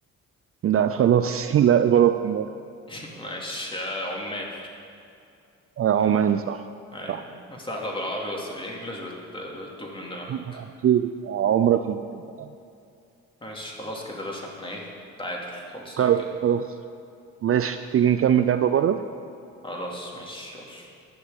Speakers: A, on the right; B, on the left.
A: لا خلاص <laughs> لا غلط عمر
B: <laughs> ماشي آه، عمان
A: آه عمان صح
B: اي
A: صح
B: سهلة بالعربي بس بالانجلش بت... بتتوه من دماغك
A: <laughs> أكيد آه، عمرك ما هتبقى
B: ماشي خلاص كده يا باشا احنا ايه تعادل خالصين
A: طيب
B: كده
A: خلاص ماشي تيجي نكمل لعبة بره
B: خلاص ماشي يلا